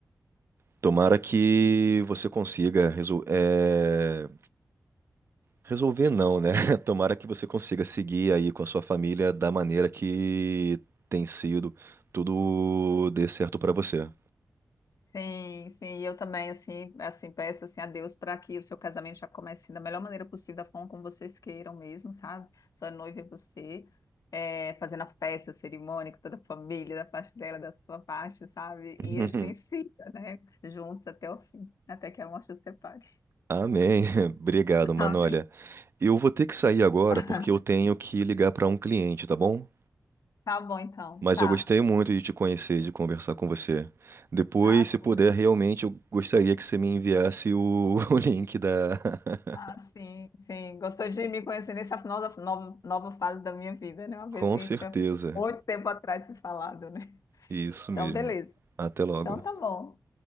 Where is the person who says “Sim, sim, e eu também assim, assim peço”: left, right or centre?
Left